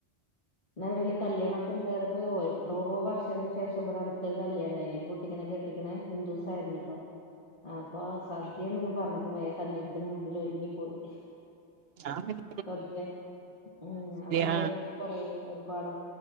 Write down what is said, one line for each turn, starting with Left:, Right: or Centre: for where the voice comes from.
Left: എന്നാടയില് കല്യാണൊക്കെ വെറപ്പ് പോയി എത്രോ വർഷങ്ങൾക്ക് ശേഷം ഇവിടെ അടുത്തൊരു കല്യാണം ഇണ്ടായിൻ ഒരു കുട്ടിക്കണെ കെട്ടിക്കണെ ഹിന്ദൂസായിരുന്നു കേട്ടോ അപ്പൊ സദ്യന്ന് പറഞ്ഞപ്പോ വേഗം കല്യാണത്തിന് മുന്നിൽ ഒരുങ്ങി പോയി
Right: ഞാൻ പിന്നെ
Left: സദ്യ ഉം അതു
Right: ആ
Left: ഇതേപോലെ കുറേ ഒരുപാട്